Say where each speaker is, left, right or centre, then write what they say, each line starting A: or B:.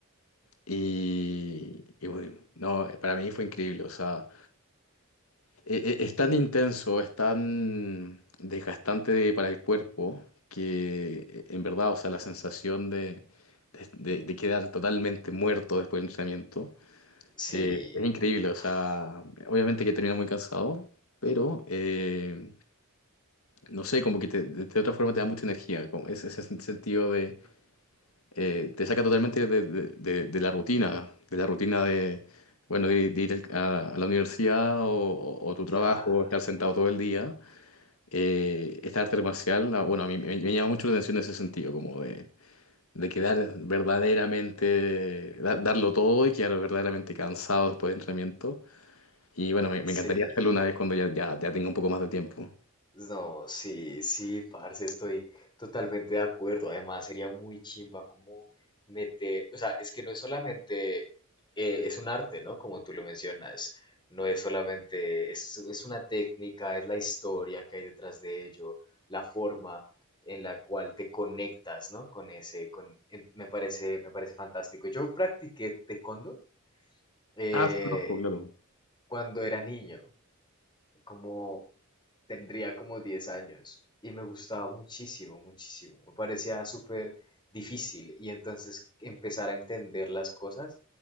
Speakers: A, on the left; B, on the left.
A: Y, y bueno, no, para mí fue increíble. O sea, e- e- es tan intenso, es tan desgastante para el cuerpo que eh, en verdad, o sea, la sensación de, de- de- de quedar totalmente muerto después del entrenamiento
B: Sí,
A: eh, es increíble, o
B: uf,
A: sea, obviamente que termina muy cansado, pero eh, no sé, como que te- de, de otra forma te da mucha energía, como ese, ese sen- sentido de, eh, te saca totalmente de, de- de- de la rutina, de la rutina de... Bueno, de, de ir al- a, a la universidad o, o- o tu trabajo,
B: claro,
A: estar sentado todo el día eh, esta arte marcial, ah, bueno, a mí me, me llama mucho la atención en ese sentido, como de, de quedar verdaderamente, da- darlo todo y quedar verdaderamente cansado después de entrenamiento. Y bueno, me, me
B: sí,
A: encantaría hacerlo una vez cuando ya, ya, ya tenga un poco más de tiempo.
B: no, sí, sí, parce, estoy totalmente de acuerdo. Además, sería muy chimba como meter, o sea, es que no es solamente, eh, es un arte, ¿no? Como tú lo mencionas, no es solamente, es, es una técnica, es la historia que hay detrás de ello, la forma en la cual te conectas, ¿no? Con ese, con, en- me parece, me parece fantástico. Yo practiqué taekwondo. Eh,
A: Ah, sí, conozco, claro.
B: cuando era niño, como tendría como 10 años y me gustaba muchísimo, muchísimo. Me parecía súper difícil y entonces empezar a entender las cosas